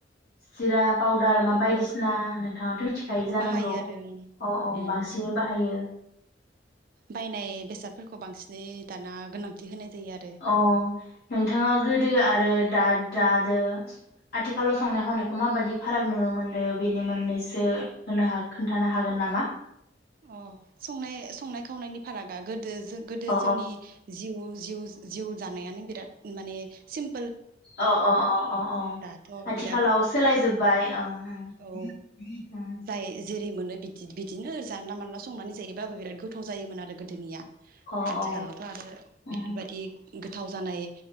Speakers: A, on the left; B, on the right.
A: जिरा पाउदार
B: औ
A: मा बायदिसिना
B: औ
A: नोंथाङाथ' मिथिखायै
B: बेफोरखौ
A: जानांगौ
B: बाहायो आरो उम
A: अ अ
B: उम
A: बांसिनै बाहायो
B: बायनाय बेसादफोरखौ बांसिनै दाना गोनांथि होनाय जायो आरो
A: अ नोंथाङा गोदो आरो दा दादो आथिखालाव संनाय खावनायखौ माबादि फाराग नुनो मोनदो बेनि मोननैसो होनो हा खोन्थानो हागोन नामा?
B: अ संनाय संनाय खावनायनि फारागा गोदो गोदो
A: अ
B: जोंनि जिउ जिउ जिउ जानायानो बिराद माने सिम
A: अ अ अ अ अ
B: दाथ'
A: आथिखालाव
B: बिराद
A: सोलायजोबबाय अ उम
B: औ
A: उम
B: जाय जेरै मोनो बिदि बिदिनो जानला मानला संनानै जायोबाबो बिराद गोथाव जायोमोन आरो गोदोनिया
A: ओं अ
B: आथिखालावथ'
A: अ
B: आरो
A: उम
B: बेफोरबायदि गोथाव जानाय